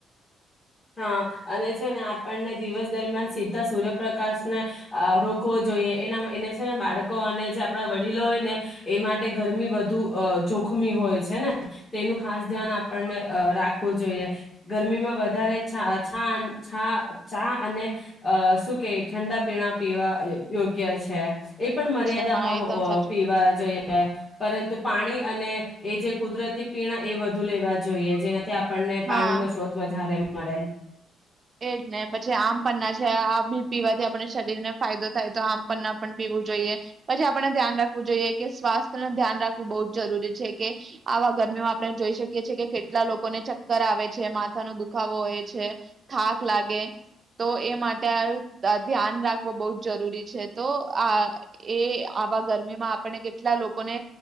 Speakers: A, on the left (about 20°); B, on the right (about 40°).
A: હા અને છે ને આપણને દિવસ દરમિયાન સીધા સૂર્યપ્રકાશને અ રોકવો જોઈએ એના એને છે ને બાળકો અને જે આપણા વડીલો હોય ને એ માટે ગરમી વધુ જોખમી હોય છે ને તે એનું ખાસ ધ્યાન આપ આપણને રાખવું જોઈએ. ગરમીમાં વધારે છા છા છા ચા અને અ શું કે ઠંડા પીણા પીવા યોગ્ય છે. એ પણ મર્યાદામાં
B: છે હા એ તમે
A: ઓ
B: સાચું
A: પીવા
B: કીધું
A: જોઈએ પરંતુ પાણી અને એ જે કુદરતી પીણા એ વધુ લેવા જોઈએ જેનાથી પણને
B: હા.
A: પાણી નો સ્રોત વધારે મળે.
B: એજ ને પછી આમ પરના છે આ બી પીવાથી આપણે શરીરને ફાયદો થાય તો આમપના પણ પીવું જોઈએ, પછી આપણે ધ્યાન રાખવું જોઈએ કે સ્વાસ્થ્ય ન ધ્યાન રાખવું બહુ જ જરૂરી છે કે આવા ગરમીમાં આપણે જોઈ શકીએ છીએ કે કેટલા લોકોને ચક્કર આવે છે માથાનો દુખાવો હોય છે. થાક લાગે. તો એ માટે દ ધ્યાન રાખ બ બો જ જરૂરી છે તો આ એ આવા ગરમીમાં આપણને કેટલા લોકોને